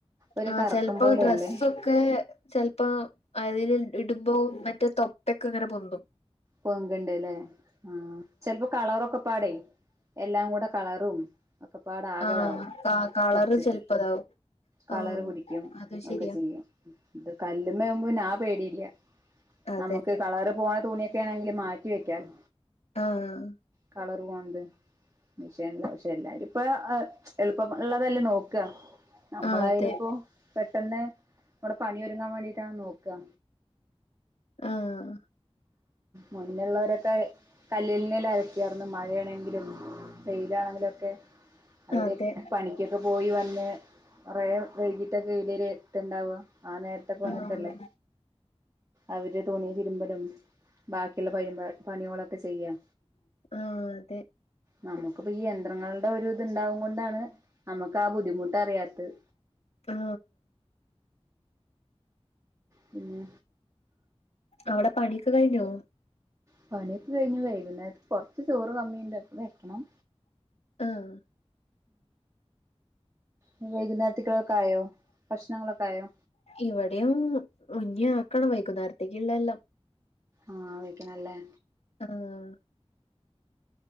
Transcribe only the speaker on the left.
ആഹ്
ചെൽപ്പോ
ഡ്രസ്സൊക്കെ ചെൽപ്പോ അതിൽ ഇടുമ്പോ മ റ്റേ തൊപ്പൊക്കെ ഇങ്ങനെ പൊന്തും.
ആഹ് ക കളറ്
ചെലപ്പതാവും
ആഹ്
അത് ശരിയാ
അതെ
ആഹ്
ആഹ് അതെ
ആഹ്
അതെ
ആഹ്
ആഹ് അതെ
ആഹ്
അവിടെ പണിയൊക്കെ കഴിഞ്ഞോ
ആഹ്
ഇവിടും ഇഞ്ഞി ആക്കണം വൈകുന്നേരത്ക്ക്‌ ള്ള എല്ലാം
ആഹ്